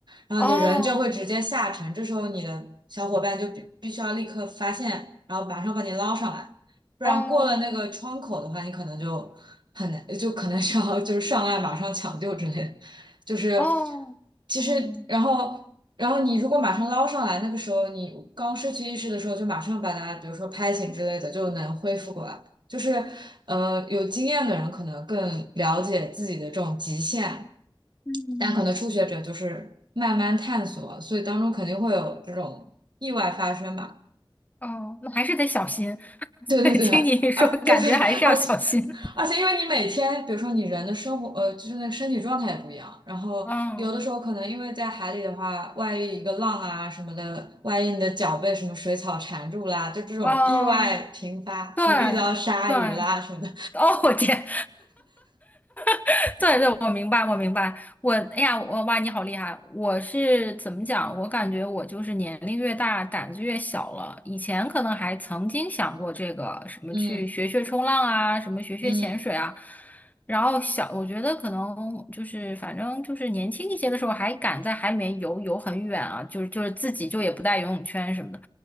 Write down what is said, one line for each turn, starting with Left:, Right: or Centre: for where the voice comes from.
Right: 然后你的人就会直接下沉。
Left: 哦
Right: 这时候你的小伙伴就必必须要立刻发现，然后马上把你捞上来，不然过了那个窗口的话，
Left: 哦
Right: 你可能就很难，就可能需要就是上岸马上抢救之类的。就是
Left: 哦，
Right: 其实，
Left: 嗯
Right: 然后。然后你如果马上捞上来，那个时候你刚失去意识的时候，就马上把它，比如说拍醒之类的，就能恢复过来。就是，呃，有经验的人可能更了解自己的这种极限，
Left: 嗯
Right: 但可能初学者就是慢慢探索，所以当中肯定会有这种意外发生吧。
Left: 哦，那还是得小心。<laughs>
Right: <laughs> 对对对，
Left: 对，听你说，
Right: 而对对，
Left: 感觉还是要小心。
Right: 而且而且，因为你每天，比如说你人的生活，呃，就是那个身体状态也不一样。然后有的时候可能因为在海里的话，
Left: 嗯
Right: 万一一个浪啊什么的，万一你的脚被什么水草缠住啦，就这种意外频发，
Left: 哦。对
Right: 什么遇到鲨鱼啦什么的。
Left: 对，哦，我天，<laughs> 对对，我明白，我明白，我，哎呀，我哇，你好厉害！我是怎么讲？我感觉我就是年龄越大，胆子越小了。以前可能还曾经想过这个什么去学学冲浪啊，
Right: 嗯
Left: 什么学学潜水啊。
Right: 嗯
Left: 然后小，我觉得可能就是反正就是年轻一些的时候，还敢在海里面游游很远啊，就是就是自己就也不带游泳圈什么的。